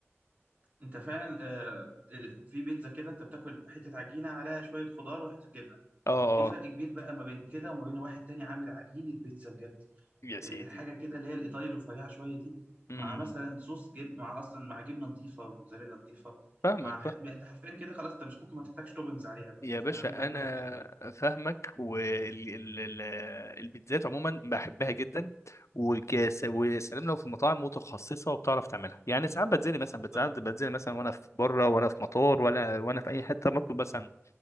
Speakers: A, on the right; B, on the left.
A: انت فعلا آه ال- في بيتزا كده انت بتاكل حته عجينه عليها شويه خضار وحته جبنه
B: اه
A: في فرق
B: اه
A: كبير بقى ما بين كده وما بين واحد تاني عامل عجينه بيتزا بجد
B: يا
A: آه
B: سيدي
A: الحاجه كده اللي هي الايطالي الرفيعه شويه دي
B: امم
A: مع مثلا صوص جبن مع اصلا مع جبنه نظيفه موتزاريلا نظيفه
B: فاهمك
A: مع ح... يعني انت حرفيا كده خلاص انت مش ممكن ما تحتاجش توبنجز عليها بقى
B: يا
A: فانا
B: باشا
A: ممكن اكلها
B: انا
A: كده
B: فاهمك والبيتزات عموما بحبها جدا وكاس وسلام لو في مطاعم متخصصه وبتعرف تعملها يعني ساعات بتزلي مثلا
A: بالظبط
B: بتزلي بتزلي مثلا وانا في بره وانا في مطار ولا وانا في اي حته بطلب مثلا